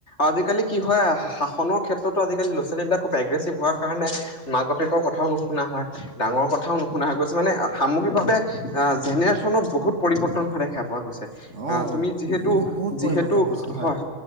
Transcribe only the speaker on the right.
অ
বহুত বহুত
পৰিৱৰ্তন হৈছে